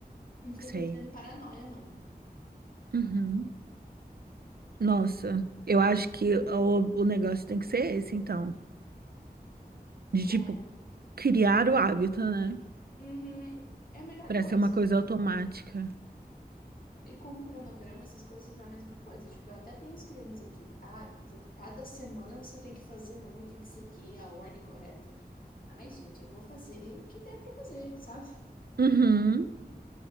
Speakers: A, on the left; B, on the right.
A: não fico
B: sei.
A: entrando em paranoia, não.
B: Uhum. Nossa, eu acho que o, o negócio tem que ser esse, então. De,
A: É,
B: tipo, criar o hábito, né?
A: uhum, é a melhor
B: Pra
A: coisa.
B: ser uma coisa automática.
A: E com o cronograma, essas coisas é a mesma coisa. Tipo, eu até tenho os cremes aqui. Ah, cada semana você tem que fazer um e tem que seguir a ordem correta. Ai, gente, eu vou fazer o que der pra fazer, sabe?
B: Uhum,